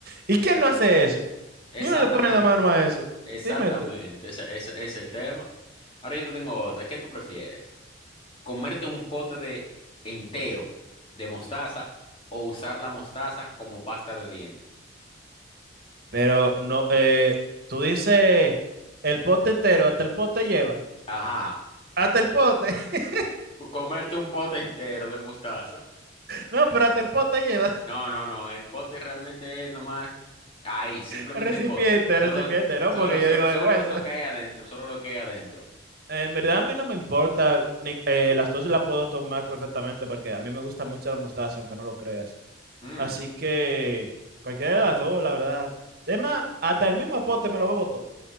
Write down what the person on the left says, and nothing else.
Exactamente,
exactamente.
Ese, ese es el tema. Ahora yo te tengo otra. ¿Qué tú prefieres? ¿Comerte un pote de entero de mostaza o usar la mostaza como pasta de diente?
Ajá.
Comerte un pote entero de mostaza.
No, no, no. El pote realmente es nomás ahí, simplemente
el pote. Solo,
solo,
so-
solo,
lo,
lo que hay adentro, solo lo que hay adentro.
Mm,